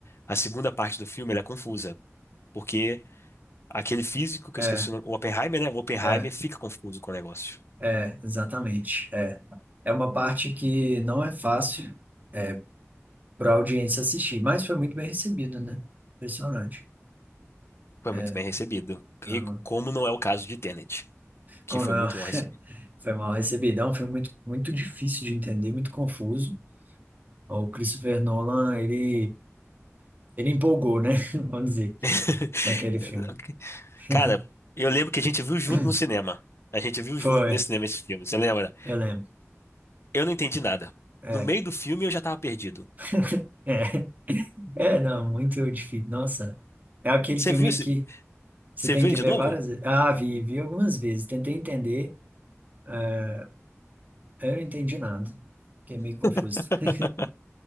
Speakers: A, on the left; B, on the right.
A: a segunda parte do filme ela é confusa, porque aquele físico, que
B: é,
A: eu esqueci o nome, o Oppenheimer, né? O Oppenheimer
B: é,
A: fica confuso com o negócio.
B: é, exatamente. É. É uma parte que não é fácil é, para a audiência assistir, mas foi muito bem recebido, né? Impressionante.
A: Foi
B: É,
A: muito bem recebido.
B: aham.
A: E como não é o caso de Tenet, que
B: Como
A: foi
B: não
A: muito
B: é-
A: mal recebido.
B: <laughs> foi mal recebido. É um filme muito, muito difícil de entender, muito confuso. O Christopher Nolan, ele, ele empolgou, né? <laughs> Vamos dizer,
A: <laughs>
B: naquele filme. <laughs>
A: Cara, eu lembro que a gente viu junto
B: <clears throat>
A: no cinema. A gente viu
B: Foi,
A: junto nesse cinema esse filme, você lembra?
B: eu lembro.
A: Eu não entendi nada.
B: É.
A: No meio do filme eu já tava perdido.
B: <laughs> É. É, não, muito difícil. Nossa, é aquele
A: Você
B: filme
A: viu esse?
B: que você
A: Você
B: tem
A: viu
B: que
A: ele de
B: ver
A: novo?
B: várias vezes. Ah, vi, vi algumas vezes, tentei entender, eh, eu não entendi nada. Fiquei meio confuso.
A: <laughs>
B: <laughs>